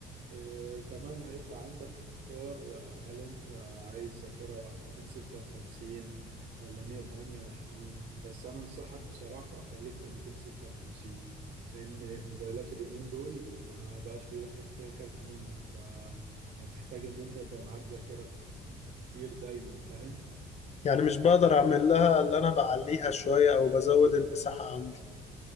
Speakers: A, on the right (about 75°); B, on the left (about 40°).
A: آه كمان هيبقى عندك تختار آه، هل انت عايز ذاكرة 256 ولا 128 بس انا انصحك بصراحة خليك في ال 256 لان موبايلات اليومين دول ما بقاش بيركب فيها كارت ميموري فهتحتاج ان انت يبقى معاك ذاكرة كتير دايما فاهم
B: يعني مش بقدر أعمل لها اللي أنا بعليها شوية أو بزود المساحة عندي